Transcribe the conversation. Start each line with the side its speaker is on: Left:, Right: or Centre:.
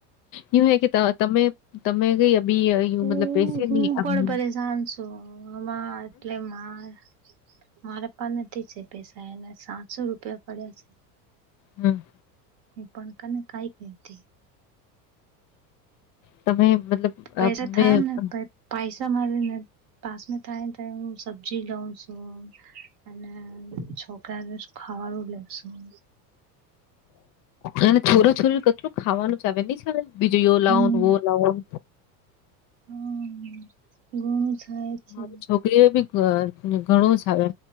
Left: યું હૈ કે તમે તમે કઈ અભી.
Right: હું
Left: મતલબ પૈસે
Right: હું
Left: ની હમ
Right: પણ પરેશાન છું આમા એટલે માર. મારે પણ નથી છે પેસા એને સાતસો રૂપિયા પડ્યા છે.
Left: હમ.
Right: હું પણકા ને કાઈ કેતે.
Left: તમે મતલબ.
Right: પૈસા
Left: અમે
Right: થાય
Left: હમ.
Right: ને પ પૈસા મારે ને. પાસમે થાય થાયું સબ્જી લઉ સું. અને છોકરાંને ખાવારૂ લવસું.
Left: અને છોરા છોરી કચુ ખાવાનું ચાવે નહી ચાવે. બીજું યો લાવન
Right: હમ
Left: વો લાવન.
Right: હમ ઘણું થાય. છે
Left: મારું છોકરીઓ બી ધ ઘણું જ ચાવે